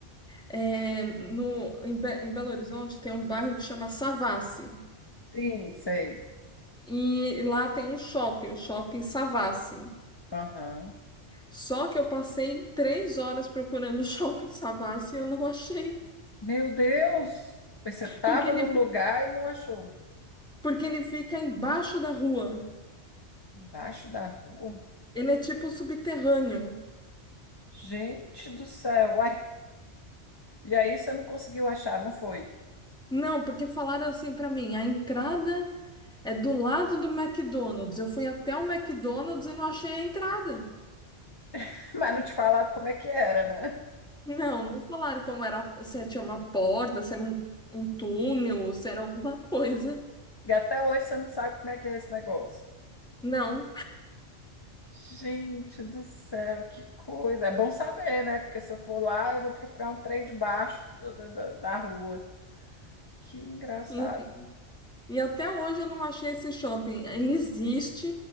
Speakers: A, in the centre; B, on the left.
A: É, no, em, Be- em Belo Horizonte tem um bairro que chama Savassi.
B: Sim, sei.
A: E lá tem um shopping, o shopping Savassi.
B: Aham.
A: Só que eu passei três horas procurando <laughs> o shopping Savassi e eu não achei.
B: Meu Deus! Mas Você estava
A: Porque ele,
B: no lugar e não achou.
A: porque ele fica embaixo da rua.
B: Embaixo da rua?
A: Ele é tipo subterrâneo.
B: Gente do céu! Uai. E aí você não conseguiu achar, não foi?
A: Não, porque falaram assim para mim, a entrada. É do lado do McDonald's. Eu fui até o McDonald's e não achei a entrada.
B: <laughs> Mas não te falaram como é que era, né?
A: Não, não me falaram como era, se tinha uma porta, se era um, um túnel, se era alguma <laughs> coisa.
B: E até hoje você não sabe como é que é esse negócio.
A: Não.
B: Gente do céu, que coisa. É bom saber, né? Porque se eu for lá, eu vou procurar um trem debaixo da, da, da rua. Que engraçado.
A: E, e até hoje eu não achei esse shopping. Ele existe,